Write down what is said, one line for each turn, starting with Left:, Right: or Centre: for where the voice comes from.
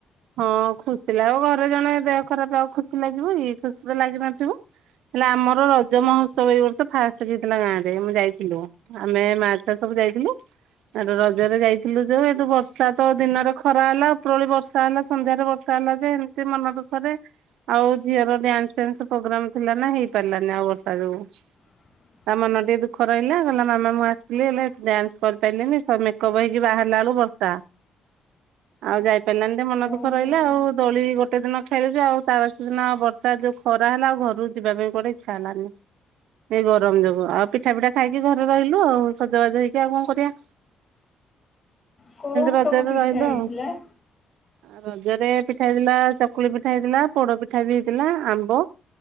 Right: ହଁ ଖୁସି ଲାଗିବ ଘରେ ଜଣେ ଦେହ ଖରାପ ଆଉ ଖୁସି ଲାଗିବ କି ଖୁସି ତ ଲାଗିନଥିବ? ହେଲେ ଆମର ରଜ ମହୋତ୍ସବ ଏଇ ବର୍ଷ ଫାଷ୍ଟ ହେଇଥିଲା ଗାଁ ରେ ଆମେ ଯାଇଥିଲୁ। ଆମେ ମା ଛୁଆ ସବୁ ଯାଇଥିଲୁ। ଆର ରଜରେ ଯାଇଥିଲୁ ଯୋଉ ଏଠୁ ବର୍ଷା ତ ଦିନରେ ଖରା ହେଲା ଉପରଳି ବର୍ଷା ହେଲା ସନ୍ଧ୍ୟାରେ ବର୍ଷା ହେଲା ଯେ ଏମିତି ମନ ଦୁଃଖରେ ଆଉ ଝିଅର ଡ୍ୟାନ୍ସ ଫ୍ୟାନ୍ସ ପ୍ରୋଗ୍ରାମ ଥିଲା ନା ହେଇ ପାରିଲାନି ଆଉ ବର୍ଷା ଯୋଗୁଁ।
Left: <unintelligible>
Right: ତା ମନ ଟିକେ ଦୁଃଖ ରହିଲା। କହିଲା ମାମା ମୁଁ ଆସିଲି ହେଲେ ଡ୍ୟାନ୍ସ କରିପାରିଲିନି ସ ମେକଅପ୍ ହେକି ବାହାରିଲା ବେଳକୁ ବର୍ଷା। ଆଉ ଯାଇ ପାରିଲାନି ଟିକେ ମନ
Left: ଓହୋ
Right: ଦୁଃଖ ରହିଲା ଆଉ ଦୋଳି ଗୋଟ ଗୋଟେ ଦିନ ଖେଲିଚୁ ଆଉ ତା ବାସିଦିନ ବର୍ଷା ଯୋଉ ଖରା ହେଲା ଆଉ ଘରୁ ଯିବା ପାଇଁ କୁଆଡେ ଇଚ୍ଛା ହେଲାନି। ଏଇ ଗରମ ଜୋଗୁ ଆଉ ପିଠା ପିଠା ଖାଇକି ଘରେ ରହିଲୁ ଆଉ ସଜବାଜ ହେଇକି ଆଉ କଣ କରିଆ।
Left: କୋଉ
Right: ରଜରେ
Left: ସବୁ ପିଠା
Right: ରହିଲୁ
Left: ହେଇଥିଲା?
Right: ଆଉ ରଜରେ ପିଠା ହେଇଥିଲା ଚକୁଳି ପିଠା ହେଇଥିଲା ପୋଡ ପିଠା ବି ହେଇଥିଲା ଆମ୍ବ